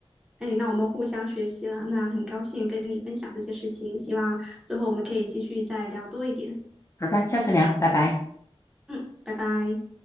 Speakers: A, in the centre; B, on the left.
A: 哎，那我们互相学习了，那很高兴跟你分享这些事情，希望之后我们可以继续再聊多一点。
B: 好的，下次聊，拜拜。
A: 嗯，拜拜。